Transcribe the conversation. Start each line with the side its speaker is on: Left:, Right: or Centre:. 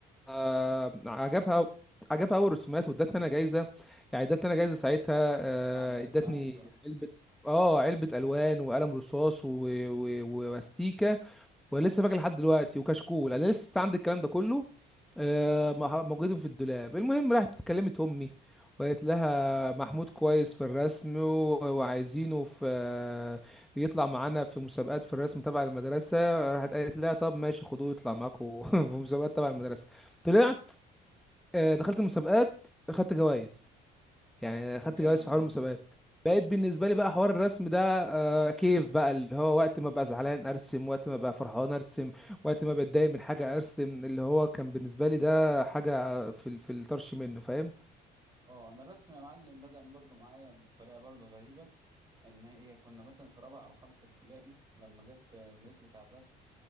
Centre: آه، عجبها عجبها اول رسومات وادتني انا جايزه يعني ادتني انا جايزه ساعتها آه،
Right: فعلقت
Centre: ادتني
Right: معاك بقى
Centre: علبه اه علبة الوان وقلم رصاص و... و... و- واستيكة وانا لسه فاكر لحد دلوقتي وكشكول انا لسه عندي الكلام ده كله آه، مح- موجودين في الدولاب المهم راحت كلمت امي وقالت لها محمود كويس في الرسم و... وعايزينه في آه، يطلع معانا في مسابقات في الرسم تبع المدرسة راحت قالت لها طب ماشي خدوه يطلع معاكم <laughs> في مسابقات تبع المدرسة طلعت آه، دخلت المسابقات خدت جوائز يعني
Right: ده
Centre: خدت
Right: جامد
Centre: جوائز في حوار
Right: ده
Centre: المسابقات بقيت بالنسبه لي بقى حوار الرسم ده آه كيف بقى اللي هو وقت ما ابقى زعلان ارسم وقت ما ابقى فرحان ارسم وقت ما بتضايق من حاجه ارسم اللي هو كان بالنسبه لي ده حاجه آه، في ال- في الطرش منه فاهم
Right: اه انا الرسم يا معلم بدأ برضو معايا بطريقه برضو غريبه ان هي كنا مثلا في رابعه او خمسه ابتدائي لما جت الميس بتاع الرسم